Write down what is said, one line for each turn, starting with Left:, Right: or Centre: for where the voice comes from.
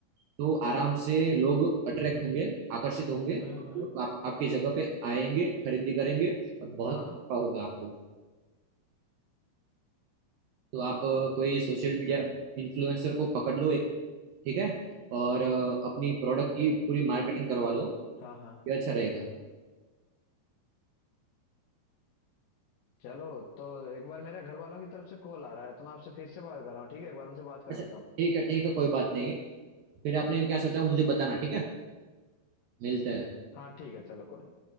Right: तो आराम से लोग अट्रैक्ट होंगे आकर्षित होंगे
Left: हम्म
Right: और
Left: हम्म
Right: लोग आप, आपकी जगह पे आएंगे खरीदी करेंगे और बहुत
Left: हाँ
Right: नफा होगा आपको तो आप अ, कोई सोशल
Left: अच्छा
Right: मीडिया इन्फ्लुएंसर को पकड़ लो एक ठीक है और अ, अपनी प्रोडक्ट की पूरी मार्केटिंग करवा लो
Left: हाँ हाँ
Right: ये अच्छा रहेगा
Left: चलो तो एक बार मेरे घर वालों की तरफ से कॉल आ रहा है तो मैं आपसे फिर से बात कर रहा हूँ ठीक है एक बार उनसे बात कर
Right: अच्छा
Left: लेता हूँ
Right: ठीक है ठीक है कोई बात नहीं फिर आपने क्या सोचा वो मुझे बताना ठीक है मिलते हैं
Left: हाँ ठीक है चलो कोई नहीं।